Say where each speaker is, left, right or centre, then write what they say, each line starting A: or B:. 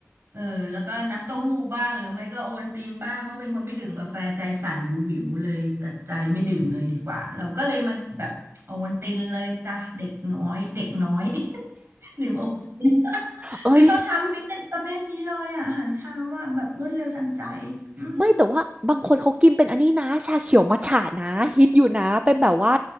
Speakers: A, on the right; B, on the right.
A: เออแล้วก็น้ำเต้าหู้บ้างหรือไม่ก็โอวัลตินบ้างเพราะเป็นคนไม่ดื่มกาแฟใจสั่นวิววิวเลยตัดใจไม่ดื่มเลยดีกว่าเราก็เลยมาแบบโอวัลตินเลยจ้ะเด็กน้อยเด็กน้อย <laughs> ดื่มโอวัลติน <laughs>
B: เอ้ย
A: คือเช้าเช้าพี่ปิ๊กเป็นประเภทนี้เลยอะอาหารเช้าอะแบบรวดเร็วทันใจอืม
B: ไม่แต่ว่าบางคนเขากินเป็นอันนี้นะชาเขียวมัทฉะนะฮิตอยู่นะเป็นแบบว่า